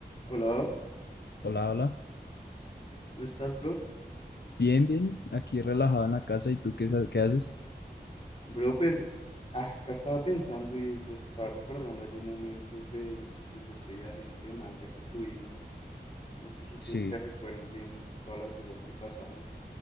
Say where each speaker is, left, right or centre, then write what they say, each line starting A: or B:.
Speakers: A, on the left; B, on the left.
A: Hola,
B: Hola, hola.
A: ¿cómo estás, bro?
B: Bien, bien. Aquí relajado en la casa. ¿Y tú qué, sa- qué haces?
A: Bro, pues ah, acá estaba pensando y pues estaba recordando allí momentos de, pues, de este viaje de Malta que tuvimos. No sé si tú
B: Sí,
A: te recuerdas bien todas las cosas que pasamos.